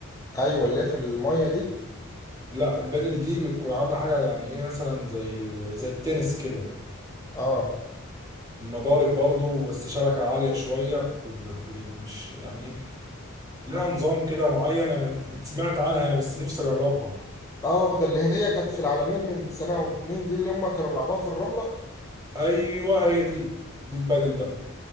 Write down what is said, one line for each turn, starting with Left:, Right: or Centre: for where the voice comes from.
Left: ايوه اللي هي في الميه دي
Right: لا البادل دي بتكون عاملة حاجة يعني ايه مثلا زي ال... زي التنس كده
Left: اه
Right: مضارب برضو بس شبكة عالية شوية ب... ب... ب... مش يعني ايه لها نظام كده معين انا سمعت عنها انا بس نفسي اجربها
Left: اه ده اللي هي كانت في العالمين من سنه او اتنين دي اللي هم كانوا بيلعبوها في الرمله
Right: ايوه هي دي دي البادل بقى